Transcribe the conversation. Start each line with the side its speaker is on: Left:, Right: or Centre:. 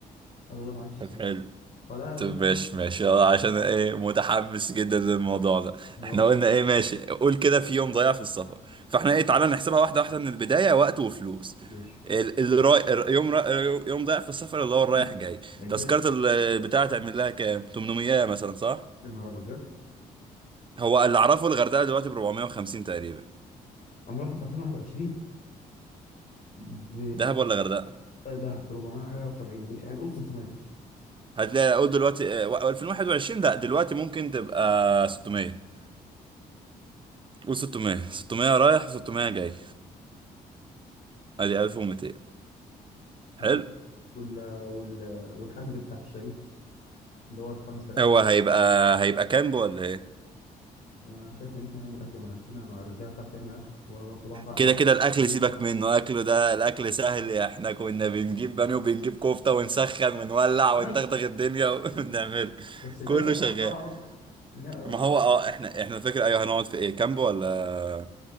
Left: قال له لا معلش
Right: طب
Left: سامحني
Right: حلو
Left: فلا
Right: طب
Left: لازم نعمل
Right: ماشي ماشي
Left: حساب
Right: يلا عشان ايه متحمس جدا للموضوع ده
Left: يلا
Right: احنا قلنا ايه ماشي قول كده في يوم ضايع في السفر فاحنا ايه تعالى نحسبها واحدة واحدة من البداية وقت وفلوس
Left: ماشي
Right: ال- الراي... الر- يوم را... يوم ضايع في السفر اللي هو
Left: مم.
Right: الرايح جاي
Left: ده اجباري
Right: تذكرة ال- بتاعة تعمل لها كام 800 مثلا صح
Left: يا نهار ابيض بجد
Right: هو اللي اعرفه الغردقة دلوقتي ب 450 تقريبا
Left: انا رحت في 2021 ب
Right: دهب ولا غردقة
Left: دهب ب 400 حاجه و70 يعني قول 500
Right: هتلاقي اقول دلوقتي اه، و- 2021 لا دلوقتي ممكن تبقى 600 قول 600 600 رايح 600 جاي ادي 1200 حلو
Left: مثلا وال... وال... والحجز بتاع الشاليه اللي هو ال 5000
Right: هو هيبقى هيبقى كامب ولا ايه
Left: انا شايف ان احنا نعمل اكل مع نفسنا ما الرجاله بتعرف تعمل اكل وانا برضو بعرف
Right: كده
Left: بعرف
Right: كده الاكل
Left: اعمل بيت
Right: سيبك
Left: يعني
Right: منه اكله ده الاكل سهل احنا كنا بنجيب بانيه وبنجيب كفته ونسخن ونولع وندغدغ
Left: ماشي
Right: الدنيا <laughs> ونعمله
Left: ماشي بس نلاقي
Right: كله
Left: شقه
Right: شغال
Left: محترمه بقى لا
Right: ما هو اه احنا احنا فاكر ايوه هنقعد في ايه كامب ولا